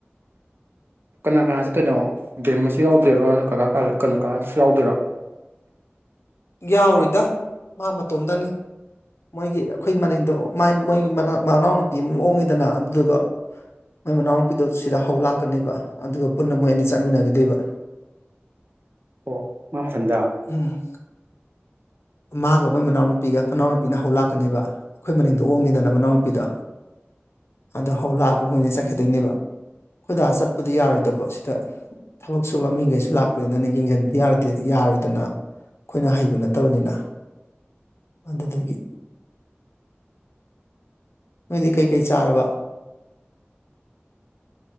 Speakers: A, on the right; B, on the left.
A: ꯀꯅꯥ ꯀꯥ ꯆꯠꯇꯣꯏꯅꯣ ꯕꯦꯝ ꯑꯃꯁꯨ ꯌꯥꯎꯗꯣꯏꯔꯣ ꯀꯀꯥ ꯀꯥ ꯀꯅꯥꯣꯀꯥꯗꯁꯨ ꯌꯥꯎꯗꯣꯏꯔꯣ
B: ꯌꯥꯎꯔꯣꯏꯗ ꯃꯥ ꯃꯇꯣꯝꯗꯅꯤ ꯃꯣꯏꯒꯤ ꯑꯩꯈꯣꯏ ꯃꯅꯤꯡꯗꯣ ꯃꯣꯏꯒꯤ ꯃꯅꯥꯎꯅꯨꯄꯤ ꯑꯃ ꯑꯣꯡꯉꯤꯗꯅ ꯑꯗꯨꯗꯨꯒ ꯃꯣꯏ ꯃꯅꯥꯎꯅꯨꯄꯤꯗꯣ ꯁꯤꯗ ꯍꯧ ꯂꯥꯛꯀꯅꯦꯕ ꯑꯗꯨꯒ ꯄꯨꯟꯅ ꯃꯣꯏ ꯑꯅꯤ ꯆꯠꯃꯤꯟꯅꯒꯗꯕ
A: ꯑꯣ ꯃꯥ ꯃꯊꯟꯗ
B: ꯎꯝ ꯃꯥꯒ ꯃꯣꯏ ꯃꯅꯥꯎꯅꯨꯄꯤꯒ ꯃꯅꯥꯎꯅꯨꯄꯤꯅ ꯍꯧ ꯂꯥꯛꯀꯅꯦꯕ ꯑꯩꯈꯣꯏ ꯃꯅꯤꯡꯗ ꯑꯣꯡꯉꯤꯗꯅ ꯃꯅꯥꯎꯅꯨꯄꯤꯗꯣ ꯑꯗꯨ ꯍꯧꯂꯛꯑꯒ ꯃꯣꯏꯅ ꯆꯠꯈꯤꯗꯣꯏꯅꯦꯕ ꯈꯣꯏꯗꯥ ꯆꯠ ꯄꯗꯤ ꯌꯥꯔꯣꯏꯗꯧꯕ
A: ꯎꯝ
B: ꯁꯤꯗ ꯊꯕꯛ ꯁꯨꯕ ꯃꯤꯈꯩꯁꯨ ꯂꯥꯛꯄꯅꯤꯅꯅ ꯌꯦꯡꯁꯤꯟ ꯌꯥꯔꯣꯏꯗꯅ ꯑꯩꯈꯣꯏꯅ ꯍꯩꯕ ꯅꯠꯇꯕꯅꯤꯅ ꯑꯗꯨꯗꯒꯤ ꯅꯣꯏꯗꯤ ꯀꯩꯀꯩ ꯆꯥꯔꯕ